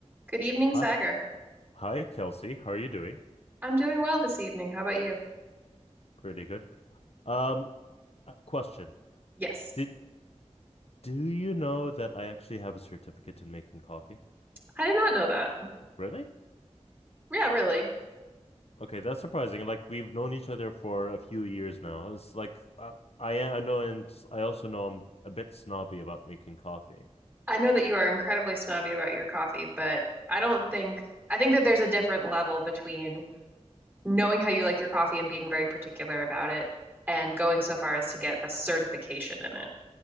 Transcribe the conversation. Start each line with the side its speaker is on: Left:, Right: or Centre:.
Right: Good evening, Sagar.
Left: Hi. Hi, Kelsey. How are you doing?
Right: I'm doing well this evening. How about you?
Left: Pretty good. Um, uh, question.
Right: Yes.
Left: Did do you know that I actually have a certificate in making coffee?
Right: I did not know that.
Left: Really?
Right: Yeah, really.
Left: Okay, that's surprising. Like we've known each other for a few years now. It's like uh, I I know and I also know I'm a bit snobby about making coffee.
Right: I know that you are incredibly snobby about your coffee, but I don't think I think that there's a different level between knowing how you like your coffee and being very particular about it and going so far as to get a certification in it.